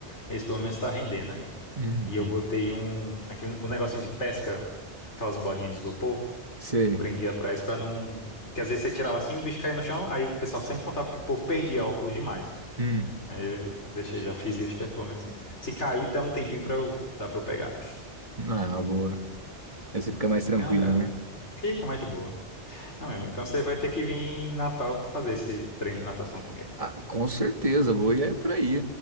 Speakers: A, on the left; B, on the right.
A: Esse pelo menos tá rendendo aí.
B: Uhum.
A: E eu botei um, aquele, um negocinho de pesca, aquelas bolinhas de isopor,
B: Sei.
A: prendi atrás pra não. Que às vezes você tirava assim, o bicho caía no chão, aí o pessoal sempre contava que o povo perdia óculos demais.
B: Hum.
A: Aí eu deixei, já fiz isso, que é pelo menos. Se cair, dá um tempinho pra eu, dá pra eu pegar.
B: Ah, boa. Aí você fica mais tranquila,
A: Não, cara,
B: né?
A: fica mais de boa. Não, meu amigo, então você vai ter que vir em Natal pra fazer esse treino de natação comigo.
B: Ah, com certeza, vou ir aí por aí.